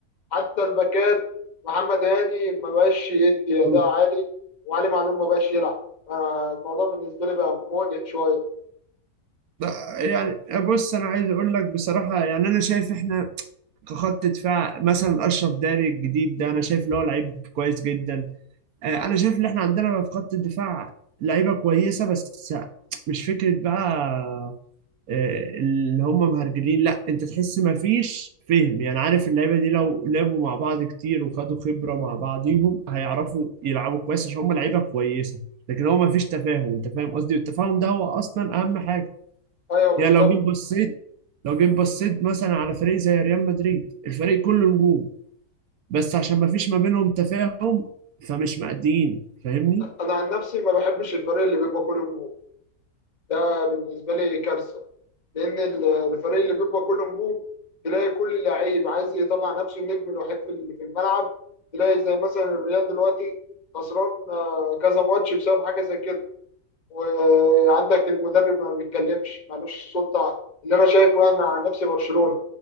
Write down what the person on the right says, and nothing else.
مم.
لا، يعني بص انا عايز اقول لك بصراحه يعني انا شايف احنا كخط دفاع مثلا اشرف داري الجديد ده انا شايف اللي هو لعيب كويس جدا آه، انا شايف ان احنا عندنا في خط الدفاع لعيبه كويسه بس مش فكره بقى آه، اللي هم مهرجلين لا انت تحس ما فيش فهم يعني عارف اللعيبه دي لو لعبوا مع بعض كتير وخدوا خبره مع بعضيهم هيعرفوا يلعبوا كويس عشان هم لعيبه كويسه لكن هو ما فيش تفاهم انت فاهم قصدي والتفاهم ده هو اصلا اهم حاجه
يعني لو جيت بصيت لو جيت بصيت مثلا على فريق زي ريال مدريد الفريق كله نجوم بس عشان ما فيش ما بينهم تفاهم فمش مأديين فاهمني؟